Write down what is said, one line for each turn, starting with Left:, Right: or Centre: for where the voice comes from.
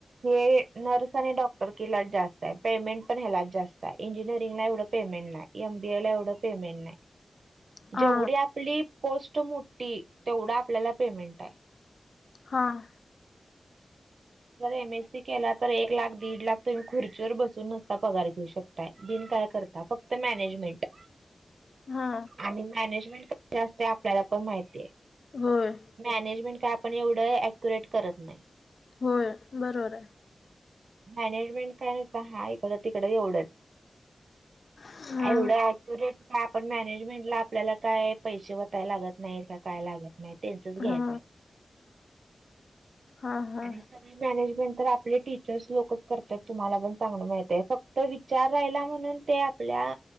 Right: हे नर्स आणि डॉक्टर. जास्त आहे पेमेंट पण हेलाच जास्त आहे इंजिनिअरिंग ला एवढं पेमेंट नाही एम बी आय ला एवढं पेमेंट नाही
Left: हा
Right: जेवढी आपली पोस्ट मोठी तेवढी. आपल्याला पेमेंट आहे.
Left: हां.
Right: एम एस सी केला तर एक लाख दीड लाख तुम्ही खुर्चीवर बसून नुसता पगार घेऊ शकता. बिन काय करता फक्त मॅनेजमेंट.
Left: हा.
Right: आणि मॅनेजमेंट कशी असते आपल्याला पण माहिती आहे.
Left: होय
Right: मॅनेजमेंट काय आपण एवढं अक्युरेट करत नाही.
Left: होय बरोबर आहे.
Right: मॅनेजमेंट काय हाय ना हा इकडं तिकडं एवढंच
Left: हा
Right: एवढं अक्युरेट. का आपण मॅनेजमेंटला आपल्याला काय पैसे वतायला लागत नाहीत का काय लागत नाहीत. त्यांचच घ्यायचंय.
Left: हा हा हा
Right: आणि मॅनेजमेंट तर आपले. लोकच करतात तुम्हाला पण चांगलं मिळतय फक्त विचार राहिला म्हणून ते आपल्या